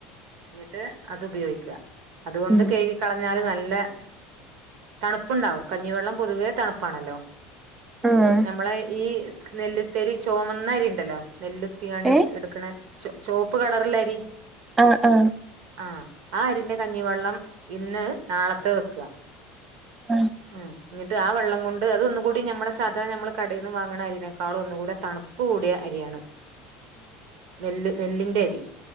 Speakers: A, on the right; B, on the right.
A: ന്നിട്ട് അത് ഉപയോഗിക്ക അതുകൊണ്ട്
B: ഉം
A: കേഴകി കളഞ്ഞാല് നല്ല നല്ല തണുപ്പുണ്ടാവും കഞ്ഞിവെള്ളം പൊതുവേ തണുപ്പാണല്ലോ
B: ആഹ
A: നമ്മളെ ഈ നെല്ലുത്തരി ചുവന്ന അരി ഉണ്ടല്ലോ നെല്ലുത്തിങ്ങാണ്ട്
B: ഏ
A: എടുക്കണ ച ചുവപ്പ് കളറില്ലരി
B: ആ ആ
A: ആ ആ അരിന്റെ കഞ്ഞിവെള്ളം ഇന്ന് നാളത്തെ വെക്ക
B: <unintelligible>
A: ആ് ന്നട്ട് ആ വെള്ളം കൊണ്ട് അതന്നുകൂടി നമ്മള് സാധാ നമ്മള് കടെന്ന് വാങ്ങണഅരിനേക്കാളും ഒന്നുകൂടി തണ പ്പ് കൂടിയ അരിയാണ് നെല്ല് നെല്ലിന്റെ അരി